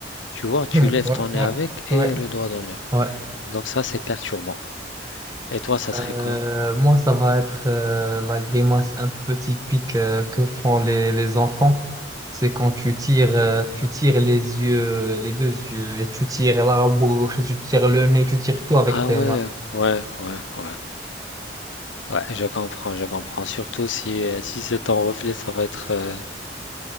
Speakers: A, on the left; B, on the right.
A: Tu vois, tu
B: Ouais,
A: lèves ton nez
B: ouais,
A: avec et
B: ouais,
A: le doigt d'honneur.
B: ouais.
A: Donc ça, c'est perturbant. Et toi, ça
B: Euh,
A: serait quoi?
B: moi, ça va être euh, la grimace un peu typique euh, que font les, les enfants. C'est quand tu tires, euh, tu tires les yeux, les deux yeux, et tu tires la bouche, et tu tires le nez, tu tires tout avec
A: Ah
B: tes
A: ouais,
B: mains.
A: ouais, ouais, ouais. Ouais, je comprends, je comprends. Surtout si, euh, si c'est ton reflet, ça va être. euh,